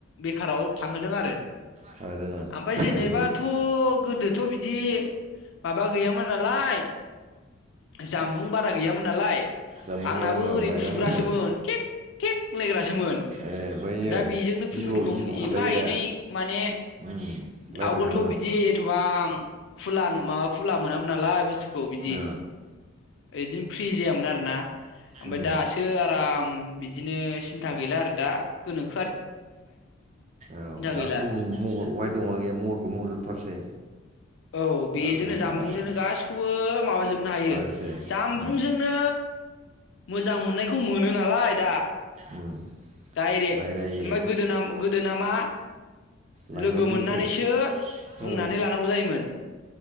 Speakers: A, on the left; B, on the right.
A: बेखाराव थांहोदों आरो।
B: थादों आं
A: आमफाय
B: बेबायदि
A: जेनेबाथ गोदोथ दि माबा गैयामोननालाय जानबुं बारा गैयामोननालाय
B: जामुं
A: आंनाबो
B: गैयामोन
A: ओरै
B: औ लाइजामनि
A: थुग्रासोमोन
B: जिउ
A: थेग थेग लायग्रासोमोन
B: ए बैयो
A: दा बेजोंनो खुनुरुखुम
B: जिबौ जिबौ खारलायग्राया
A: एफा एनै माने
B: उम रायज्लायहरोमोन
A: आवगोलथ बिदि एथबां खुला नङा खुला मोनामोन नालाय बुसथु खौ बिदि।
B: औ
A: ऐदिम फ्रि जायामोन आरो ना। ओमफाय
B: उम
A: दासो आराम उम बिदिनो सिन्था गैला आरो दा गोनोखो
B: औ दाथ
A: गैला
B: महरहाय दङ गैया महरखौ नुहरजोबथारसै
A: औ बेजोंनो
B: बाब्रे
A: जामबुंजोंनो
B: बा
A: गासैखौबो माबा जोबनो हायो
B: आरोसो
A: जामबुंजोंनो
B: उम
A: मोजां मोननायखौ मोनो नालाय दा
B: उम
A: दायरेक
B: रायलायो
A: ओमफाय गोदोना गोद दो नामा
B: लाइजामजोंसो
A: लोगो मोननानैसो
B: औ
A: बुंनानै लानांगौ जायोमोन,